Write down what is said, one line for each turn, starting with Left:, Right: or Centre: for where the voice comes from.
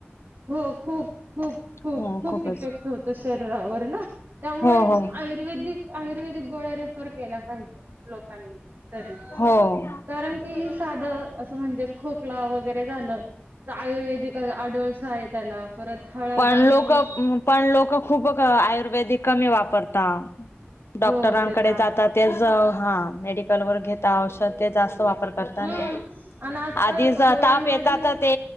Right: हो खूप खूप खूप.
Left: हो
Right: खूप
Left: खूपच
Right: इफेक्ट होत शरीरावर ना त्यामुळे
Left: हो हो
Right: आयुर्वेदिक आयुर्वेदिक गोळ्या रेफर केल्या पाहिजे लोकांनी तरी
Left: हो
Right: कारण की ही साधं असं म्हणजे खोकला वगैरे झालं का आयुर्वेदिक आढळसा आहे त्याला परत हळद
Left: पण
Right: आणि
Left: लोक हम पण लोक खूपक आयुर्वेदिक कमी वापरता डॉक्टरांकडे
Right: हो ते तर
Left: जाता तेज हा मेडिकल वर घेता औषध ते जास्त वापर <unintelligible> करताना
Right: हम्म आणि आजकाल
Left: आधी ज
Right: गोळ्यांमध्ये
Left: ताप येतात ते